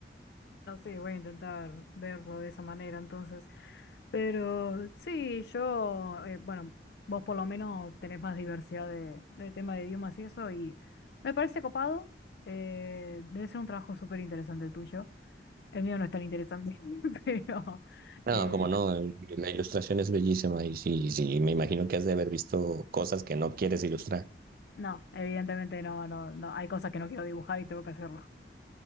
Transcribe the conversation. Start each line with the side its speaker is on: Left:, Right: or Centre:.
Left: No sé, voy a intentar verlo de esa manera entonces. Pero sí, yo, eh, bueno, vos por lo menos tenés más diversidad de, de tema de idiomas y eso, y me parece copado. eh, debe ser un trabajo súper interesante el tuyo. El mío no es tan interesante, <laughs> pero
Right: No,
Left: eh,
Right: como no, el- la ilustración es bellísima y sí, sí, me imagino que has de haber visto cosas que no quieres ilustrar.
Left: no, evidentemente no, no, no. Hay cosas que no quiero dibujar y tengo que hacerlo.